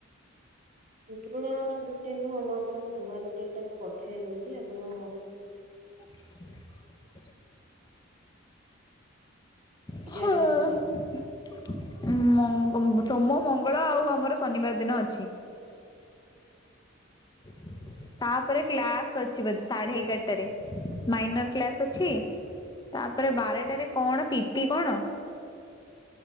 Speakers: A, on the right (about 35°); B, on the left (about 20°).
A: ପୁରୁଣା ରୁଟିନ ମୁଁ ଆପଣଙ୍କୁ ନୂଆ ରୁଟିନ ଟା ପଠେଇ ଦଉଛି ଆପଣ
B: <inaudible> ହଁ
A: ନିଜେ ଆଗେ ଖୋଜେ
B: ଉ ମଙ୍ଗ ସୋମ ମଙ୍ଗଳ ଆଉ ଆମର ଶନିବାର ଦିନ ଅଛି। <inaudible> ତାପରେ କ୍ଲାସ ଅଛି ବୋଧେ ସାଢେ ଏଗାରଟାରେ ମାଇନର କ୍ଲାସ ଅଛି ତାପରେ ବାରଟାରେ କଣ ପିପି କଣ?